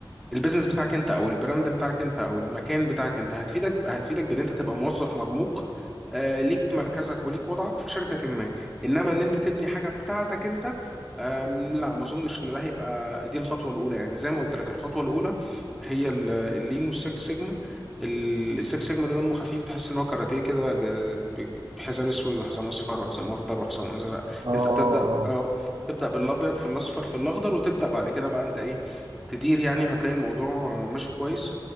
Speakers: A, in the centre; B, on the right.
A: البيزنس بتاعك انت او البراند بتاعك انت او المكان بتاعك انت هتفيدك هتفيدك بان انت تبقى موظف مرموق آه، ليك مركزك وليك وضعك في شركة ما انما ان انت تبني حاجة بتاعتك انت آم، لا ما اظنش ان ده هيبقى دي الخطوة الاولى يعني زي ما قلت لك الخطوة الاولى هي ال- اللين والسكس سيجما ال- السكس سيجما ده دمه خفيف تحس ان هو كاراتيه كده ج- ب- بحزام اسود وحزام اصفر وحزام اخضر وحزام ازرق
B: اه اه
A: انت بتبدا
B: اه
A: اه تبدا بالابيض في الاصفر في الاخضر وتبدا بعد كده بقى انت ايه تدير يعني وهتلاقي الموضوع ماشي كويس